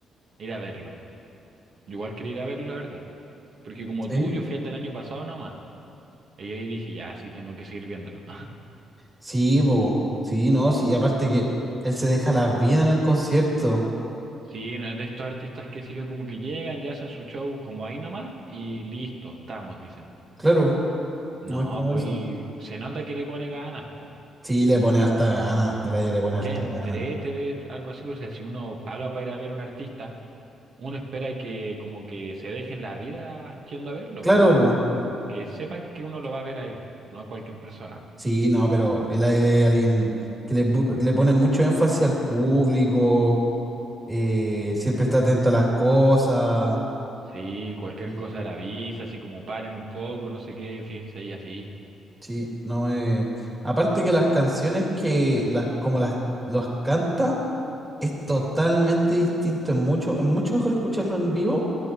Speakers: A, on the right; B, on the right.
A: ir a verlo. Yo igual quería ir a verlo, la verdad. Porque como
B: sí.
A: tú, yo fui al del año pasado nomás. Y ahí dije, ya, sí, tengo que seguir viéndolo.
B: Sí, pues, sí, no, sí, aparte que él se deja la vida en el concierto.
A: Sí, no es de estos artistas que sé yo, como que llegan, ya hacen su show como ahí nomás y listo, estamos, dicen.
B: Claro,
A: No,
B: no es como
A: pues
B: eso.
A: él se nota que le pone ganas, po.
B: Sí, le pone harta gana, el adio le pone
A: Ya
B: harta
A: entrete
B: gana.
A: ver algo así, pues, o sea, si uno paga para ir a ver a un artista, uno espera que como que se dejen la vida yendo a verlo,
B: Claro,
A: po.
B: po.
A: Como Que sepan que uno lo va a ver a él, no a cualquier persona.
B: Sí, no, pero es la idea de alguien que le, pu- le pone mucho énfasis al público, eh, siempre está atento a las cosas.
A: Sí, cualquier
B: eh,
A: cosa de la visa, así como paren un poco, no sé qué, fíjense ahí así.
B: sí, no eh, Aparte que las canciones que las, como las los canta es totalmente distinto. Es mucho, es mucho mejor escucharlo en vivo